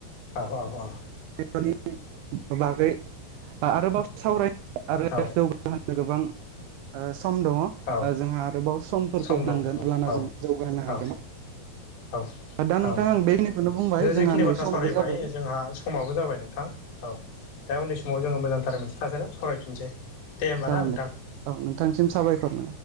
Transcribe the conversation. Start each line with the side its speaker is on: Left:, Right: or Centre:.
Left: औ औ औ
Right: बेबादि बागै आरोबाव सावराय आरो
Left: औ
Right: जौगाहोनो <unintelligible> गोबां ओ सम दङ ओ
Left: औ
Right: जोंहा आरोबाव समफोरखौ
Left: सम दं
Right: नांगोन
Left: दं
Right: अब्लाना
Left: औ
Right: जों जौगाहोनो
Left: औ
Right: हागोन
Left: औ
Right: दा नोंथां
Left: औ
Right: आं बेखिनिखौनो बुंबाय
Left: दा
Right: जोंहा
Left: जेखिनि
Right: नै
Left: बाथ्रा
Right: समाबो
Left: सावरायबाय
Right: जाबाय
Left: जोंहा समाबो जाबाय नोंथां औ दा उननि समाव जोङो मोजांथार मोनसे थासारियाव सावरायफिनसै दे होमबा
Right: जागोन
Left: ना नोंथां
Right: दे औ नोंथांसिम साबायखर